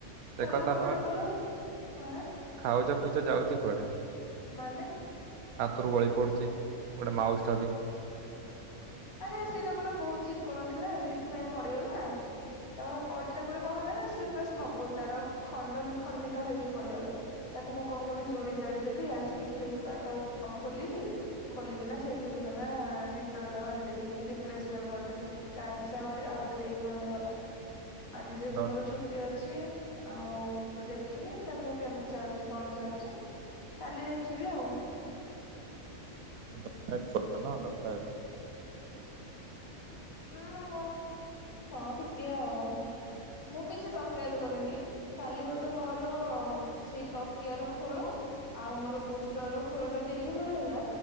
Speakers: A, on the left (about 75°); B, on the right (about 80°).
A: ଖୋଲୁ
B: ସେ କଥା
A: ଖୋଲୁ
B: ନୁହଁ,
A: ଏଟା ପରା ଆଁ
B: ଖାଉଚ ପିଉଚ ଯାଉଚି କୁଆଡେ?
A: ମାନେ?
B: ହାତୁରୁ ଗଳି ପଡୁଚି ଗୋଟେ ମାଉସଟା ବି।
A: ଆରେ ସେଇଟା ପରା ବହୁତ ଚିକଣ ଥିଲା ସେଥିପାଇଁ ପଡିଗଲା। ତା ପଡିଲା ପରେ କଁ ହେଲା ନା, ସେ ପୁରା ସବୁ ତାର ଖଣ୍ଡ ବିଖଣ୍ଡିତ ହେଇକି ପଡିଗଲା। ତାକୁ ମୁଁ କଁ କଲି ଯୋଡି ଯାଡି ଦେଲି ଆସିକି ଫ୍ଲିପକାର୍ଟ ଅପ୍ ଖୋଲିଲି ଖୋଲିକିନା ସେଇଥିରୁ କିନା ରିଟର୍ନ ଟା ମାରି ଦେଲି, ରିପ୍ଲେସମଣ୍ଟ କରିଦେଲି ତା ଆଜି ସେ ଆଉ ଗୋଟେ ଆଉ ଗୋଟେ ଦେଇକି ମତେ ଗଲା। ଆଜି ଯେହେତୁ
B: ଡ
A: ମୋର ଛୁଟି ଅଛି। ଆଉ ମୁଁ ତ ଦେଖିନି ତାକୁ କେମିତି ଚାଲିଚି କଣ ଚାଲିୁଚି କାଲି ଦେଖିବି ଆଉ।
B: <unintelligible> ଡକାୟତ।
A: ହୁଁ ହଁ ହଁ ଟିକେ ଆଉ ମୁଁ କିଛି ଡକାୟତ କରିନି। କାଲି ଗୋଟେ ମୋର ସେଇ ତକିଆର ଖୋଳ ଆଉ ମୋର ବୁଷ୍ଟର ଖୋଳଟା ଡେଲିଭର ହେଲା